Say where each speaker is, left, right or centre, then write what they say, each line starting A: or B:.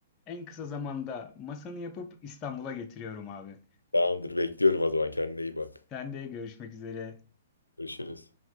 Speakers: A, on the left (about 30°); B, on the left (about 80°).
A: En kısa zamanda masanı yapıp İstanbul'a getiriyorum abi.
B: Tamamdır, bekliyorum o zaman. Kendine iyi bak.
A: Sen de görüşmek üzere.
B: Görüşürüz.